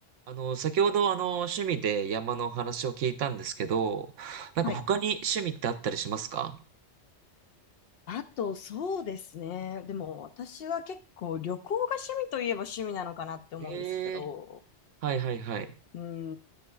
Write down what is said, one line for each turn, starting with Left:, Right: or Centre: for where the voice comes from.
Right: あの、先ほどあの、趣味で山のお話を聞いたんですけど、なんか他に趣味ってあったりしますか
Left: はい。あと、そうですね。でも、私は結構旅行が趣味といえば趣味なのかなって思うんですけど、
Right: ええー、はいはいはい。
Left: うん、